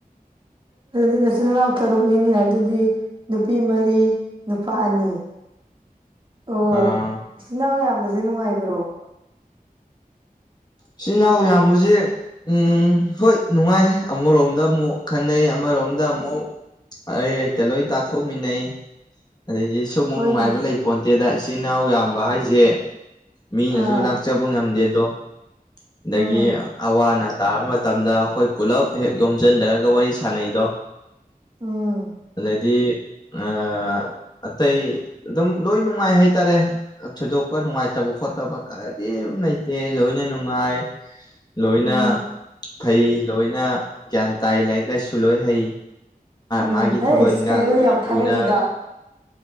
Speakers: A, on the right; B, on the left.
A: ꯑꯗꯨꯗꯤ ꯅꯆꯤꯟꯜ ꯃꯅꯥꯎ ꯇꯔꯨꯛꯅꯤꯅꯤ ꯑꯗꯨꯗꯤ ꯅꯨꯄꯤ ꯃꯔꯤ ꯅꯨꯄꯥ ꯑꯅꯤ
B: <inaudible>
A: ꯑꯣ
B: ꯑꯥ
A: ꯏꯆꯤꯟ ꯏꯅꯥꯎ ꯌꯥꯝꯕꯁꯦ ꯅꯨꯡꯉꯥꯏꯕ꯭ꯔꯣ
B: ꯆꯤꯟ ꯏꯅꯥꯎ ꯌꯥꯝꯕꯁꯦ ꯎꯝ ꯍꯣꯏ ꯅꯨꯡꯉꯥꯏ ꯑꯃꯔꯣꯝꯗ ꯑꯃꯨꯛ ꯈꯟꯅꯩ ꯑꯃꯔꯣꯝꯗ ꯑꯃꯨꯛ ꯑꯩ ꯍꯛꯇ ꯂꯣꯏ ꯇꯥꯊꯣꯛꯃꯤꯟꯅꯩ ꯑꯗꯒꯤ ꯁꯨꯝ ꯑꯃꯨꯛ
A: ꯍꯣꯏꯅꯦ
B: ꯅꯨꯡꯉꯥꯏꯕ ꯂꯩ ꯄꯣꯟꯇꯦꯗ ꯏꯆꯤꯟꯜ ꯏꯅꯥꯎ ꯌꯥꯝꯕ ꯍꯥꯏꯁꯦ ꯃꯤꯅꯁꯨ
A: ꯑꯥ
B: ꯂꯥꯛꯆꯕ ꯉꯝꯗꯦ ꯑꯗꯣ ꯑꯗꯒꯤ
A: ꯎꯝ
B: ꯑꯋꯥ ꯑꯅꯥ ꯇꯥꯕ ꯃꯇꯝꯗ ꯑꯩꯈꯣꯏ ꯄꯨꯜꯂꯞ ꯍꯦꯛ ꯌꯣꯝꯁꯤꯟꯗꯔꯒ ꯋꯥꯔꯤ ꯁꯥꯟꯅꯩꯗꯣ
A: ꯎꯝ
B: ꯑꯗꯥꯏꯗꯤ ꯑ ꯑꯇꯩ ꯑꯗꯨꯝ ꯂꯣꯏ ꯅꯨꯡꯉꯥꯏ ꯍꯥꯏꯇꯥꯔꯦ ꯊꯣꯏꯗꯣꯛꯄ ꯅꯨꯡꯉꯥꯏꯇꯕ ꯈꯣꯠꯇꯕ ꯀꯔꯤꯝ ꯂꯩꯇꯦ ꯂꯣꯏꯅ ꯅꯨꯡꯉꯥꯏ ꯂꯣꯏꯅ
A: ꯎꯝ
B: ꯐꯩ ꯂꯣꯏꯅ ꯒ꯭ꯌꯥꯟ ꯇꯥꯏ ꯂꯥꯏꯔꯤꯛ ꯂꯥꯏꯁꯨ ꯂꯣꯏ ꯍꯩ
A: ꯎꯝ
B: ꯃꯥꯒꯤ
A: ꯑꯩꯁ
B: ꯊꯕꯛ ꯏꯟꯈꯥꯡꯗ
A: ꯀꯩꯅꯣ
B: ꯑꯣꯏꯅ
A: ꯌꯥꯝ ꯊꯥꯒꯠꯂꯤꯗ
B: ꯄꯨꯅ